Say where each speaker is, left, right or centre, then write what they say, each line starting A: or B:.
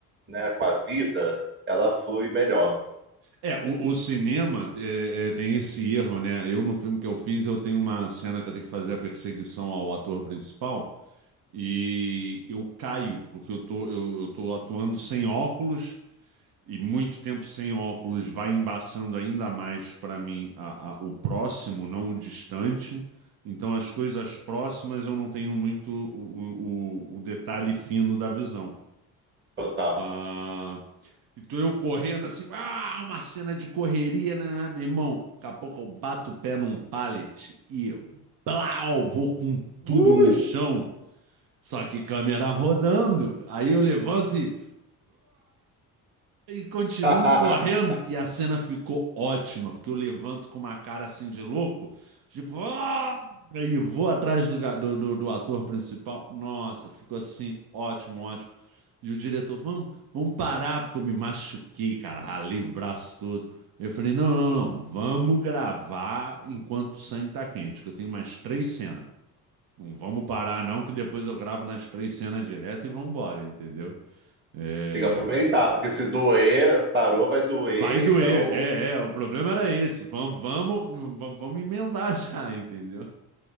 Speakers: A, on the right; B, on the right.
A: né, com a vida, ela flui melhor.
B: É, o, o cinema é, é, tem esse erro, né? Eu, no filme que eu fiz, eu tenho uma cena que eu tenho que fazer a perseguição ao ator principal e eu caio, porque eu tô, eu, eu tô atuando sem óculos e muito tempo sem óculos vai embaçando ainda mais para mim a- a- o próximo, não o distante. Então, as coisas próximas eu não tenho muito o, o- o- detalhe fino da visão.
A: Total.
B: Ah, então, eu correndo assim, ah, uma cena de correria, né, né, né." meu irmão? Daqui a pouco eu bato o pé num pallet e blau, vou com
A: Ui!
B: tudo no chão, só que câmera rodando. Aí eu levanto e. E continuo
A: <laughs>
B: correndo. E a cena ficou ótima, porque eu levanto com uma cara assim de louco, tipo, "Ah!" e vou atrás do, ga- do, do, do ator principal. Nossa, ficou assim, ótimo, ótimo. E o diretor, vamos, vamos parar, porque eu me machuquei, cara, ralei o braço todo. Eu falei, não, não, não, vamos gravar enquanto o sangue tá quente, que eu tenho mais três cenas. Não vamos parar, não, que depois eu gravo nas três cenas direto e vamos embora, entendeu? É,
A: Tem que aproveitar, porque se doer, parou, vai doer,
B: Vai doer.
A: então
B: É, é, o problema era esse. Vamos, vamos, vamos, vamos emendar já, <laughs> entendeu?